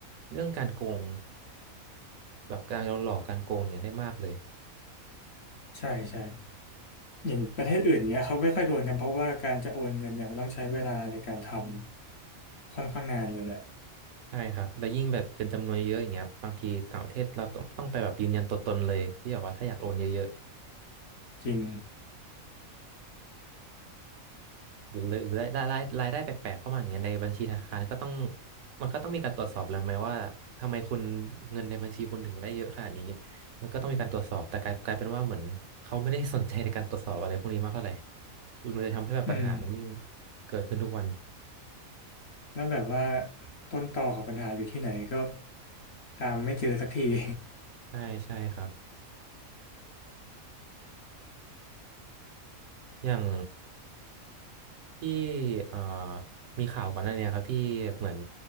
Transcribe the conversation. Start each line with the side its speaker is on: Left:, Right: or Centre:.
Right: เรื่องการโกงแบบการโดนหลอกการโกงอย่างเงี้ยได้มากเลย
Left: ใช่ใช่อย่างประเทศอื่นอย่างเงี้ยเขาไม่ค่อยโดนกันเพราะว่าการจะโอนเงินเนี่ยมันต้องใช้เวลาในการทำค่อนข้างนานเลยแหละ
Right: ใช่ครับแล้วยิ่งแบบเป็นจำนวนเยอะๆอย่างเงี้ยบางทีต่างประเทศเราต้องต้องไปแบบยืนยันตัวตนเลยที่แบบว่าถ้าอยากโอนเยอะ
Left: จริง
Right: หรือหรือรายรายรายได้แปลกๆเข้ามาอย่างเงี้ยในบัญชีธนาคารก็ต้องมันก็ต้องมีการตรวจสอบแล้วไหมว่าทำไมคุณเงินในบัญชีคุณถึงได้เยอะขนาดนี้มันก็ต้องมีการตรวจสอบแต่กลายกลายเป็นว่าเหมือนเขาไม่ได้สนใจในการตรวจสอบอะไรพวกนี้มากเท่าไหร่มันเลยทำให้แบบปัญหามันยิ่ง
Left: อืม
Right: เกิดขึ้นทุกวัน
Left: แล้วแบบว่าต้นตอของปัญหาอยู่ที่ไหนก็ตามไม่เจอสักที <laughs>
Right: ใช่ใช่ครับอย่างที่เอ่อมีข่าวก่อนหน้าเนี้ยครับที่เหมือน